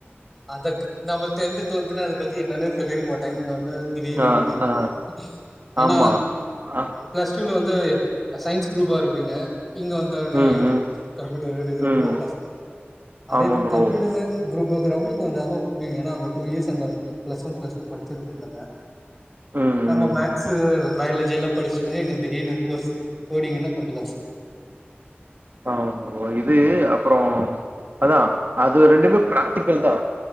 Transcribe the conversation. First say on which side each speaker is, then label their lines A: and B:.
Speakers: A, in the centre; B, on the right.
A: அதக் நம்ம டென்த்து டுவெல்த்ன்னா அத பத்தி என்னன்னே சொல்லிருக்க மாட்டாங்க இங்க வந்து திடீர்னு
B: ஆ
A: எடுத்திருப்பாங்க
B: ஆ
A: ஏன்னா
B: ஆமா ஆ
A: பிளஸ் டூல வந்து சயின்ஸ் குரூப்பா இருப்பீங்க இங்க வந் த்தவுடனே
B: ம் ம்
A: கம்ப்யூட்டர் எடுக்கறப்போ
B: ம்
A: கஷ்டம் அதே
B: ஆமா ப்ரோ
A: கம்ப்யூட்டர் சய்ன்ஸ் குரூப்ல இருக்குறவங்களுக்கு கொஞ்சோ அளவு புரியு ஏன்னா அங்க டூ இயர்ஸ் அங்க ப்ளஸ்ஸ ஒன் ப்ளஸ் டூ படிச்சிருக்காங்கல
B: ம்
A: நம்ம மேக்ஸ்ஸு
B: ம் ம்
A: பயாலஜிலா படிச்சதே இங்க திடீர்னு கோர்ஸ் கோடிங்ன்னா கொஞ்சோ காசு
B: ஆ இது அப்புறோ அதா அது ரெண்டுமே பிராக்டிகல் தா